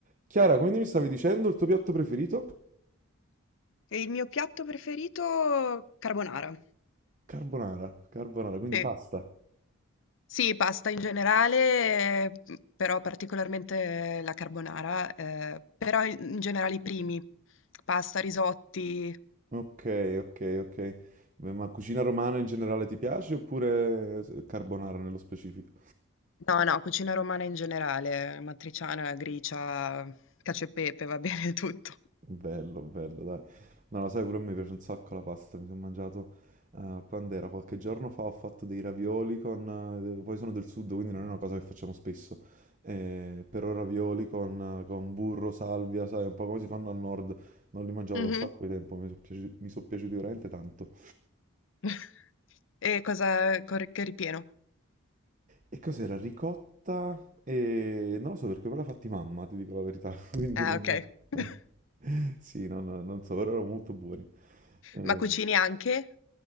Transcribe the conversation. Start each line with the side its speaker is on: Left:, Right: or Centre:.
Right: Chiara, quindi mi stavi dicendo il tuo piatto preferito?
Left: E il mio piatto preferito carbonara.
Right: Carbonara, carbonara, quindi
Left: Sì.
Right: pasta.
Left: Sì, pasta in generale, mhmm, però particolarmente la carbonara, ehm, però i in generale i primi, pasta, risotti.
Right: Ok, ok, ok. Beh, Ma cucina romana in generale ti piace oppure carbonara nello specifico?
Left: No, no, cucina romana in generale, matriciana, gricia, cacio e pepe, va <laughs> bene tutto.
Right: Bello, bello, dai. No, lo sai, pure a me piace un sacco la pasta. Mi sono mangiato eh, quando era qualche giorno fa, ho fatto dei ravioli con... eh, poi sono del sud, quindi non è una cosa che facciamo spesso. Eh, però ravioli con, con burro, salvia, sai, un po' come si fanno al nord. Non li mangiavo
Left: Mh-mh.
Right: da un sacco di tempo, mi sono piaciuti, mi sono piaciuti veramente tanto.
Left: <laughs> E cosa con che ripieno?
Right: E cos'era? Ricotta? E non lo so perché poi l'ha fatti mamma, ti dico la verità. <laughs> Quindi
Left: Ah,
Right: non...
Left: okay.
Right: <laughs>
Left: <laughs>
Right: Sì, non, non so, però erano molto buoni. Eh,
Left: Ma cucini anche?